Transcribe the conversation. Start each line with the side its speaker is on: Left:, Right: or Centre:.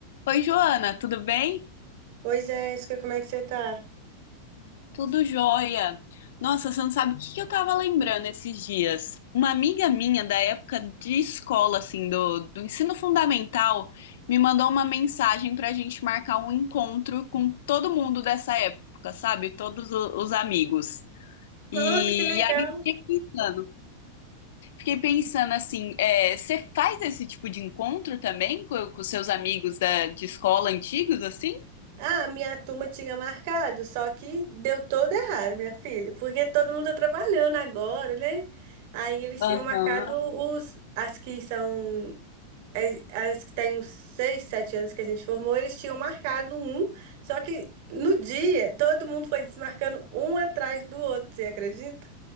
Left: Oi, Joana, tudo bem?
Right: Oi, Jéssica, como é que você tá?
Left: Tudo jóia. Nossa, você não sabe o que que eu tava lembrando esses dias. Uma amiga minha da época de escola, assim, do, do ensino fundamental, me mandou uma mensagem pra gente marcar um encontro com todo mundo dessa época, sabe? Todos o- os amigos.
Right: Nossa,
Left: E,
Right: que legal.
Left: e aí eu fiquei pensando, fiquei pensando assim, é, você faz esse tipo de encontro também com, com seus amigos da, de escola antigos, assim?
Right: Ah, a minha turma tinha marcado, só que deu todo errado, minha filha, porque todo mundo tá trabalhando agora, né? Aí eles
Left: Aham.
Right: tinham marcado os, as que são, as, as que têm uns 6, 7 anos que a gente formou, eles tinham marcado um, só que no dia todo mundo foi desmarcando um atrás do outro, você acredita?